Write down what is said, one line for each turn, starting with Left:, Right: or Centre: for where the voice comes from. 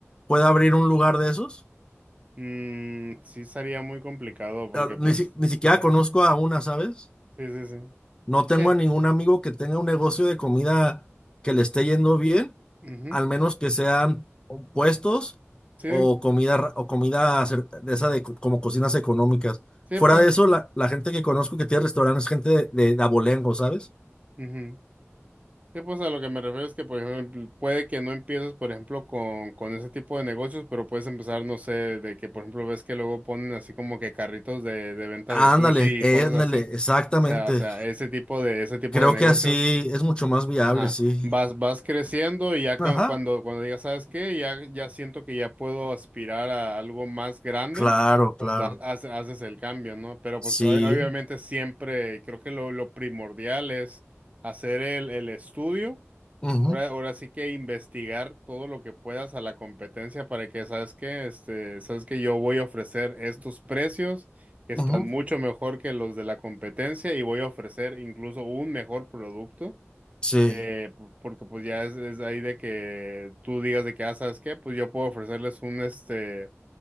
Left: pueda abrir un lugar de esos?
Right: mm, sí sería muy complicado porque
Left: Ah,
Right: pues,
Left: Ni, si- ni siquiera
Right: ah,
Left: conozco a una, ¿sabes?
Right: sí, sí, sí,
Left: No tengo
Right: sí,
Left: a ningún amigo que tenga un negocio de comida que le esté yendo bien,
Right: sí, ujú,
Left: al menos que sean o puestos
Right: sí,
Left: o comida, ra- o comida cer- de esa de co- como cocinas económicas.
Right: sí,
Left: Fuera
Right: pues,
Left: de eso, la, la gente que conozco que tiene restaurantes es gente de, de, de abolengo, ¿sabes?
Right: ujú. Sí, pues a lo que me refiero es que, por ejemplo, puede que no empieces, por ejemplo, con, con ese tipo de negocios, pero puedes empezar, no sé, de que, por ejemplo, ves que luego ponen así como que carritos de, de venta
Left: Ándale,
Right: de sushi
Left: eh,
Right: y cosas
Left: ándale,
Right: así.
Left: exactamente.
Right: O sea, o sea, ese tipo de, ese tipo
Left: Creo
Right: de negocios.
Left: que así es mucho más viable,
Right: Ajá,
Left: sí.
Right: vas, vas creciendo y ya
Left: Ajá,
Right: cu- cuando, cuando digas, ¿sabes qué? Ya, ya siento que ya puedo aspirar a algo más grande,
Left: claro,
Right: pues
Left: claro.
Right: la- hace- haces el cambio, ¿no? Pero
Left: Sí.
Right: pues o- obviamente siempre creo que lo, lo primordial es hacer el, el estudio,
Left: ujú,
Right: ahora, ahora sí que investigar todo lo que puedas a la competencia para que, ¿sabes qué? Este, ¿sabes que Yo voy a ofrecer estos precios que están
Left: ujú,
Right: mucho mejor que los de la competencia y voy a ofrecer incluso un mejor producto.
Left: Sí.
Right: Eh, po- porque pues ya es, es ahí de que tú digas de que, ah, ¿sabes qué? Pues yo puedo ofrecerles un, este,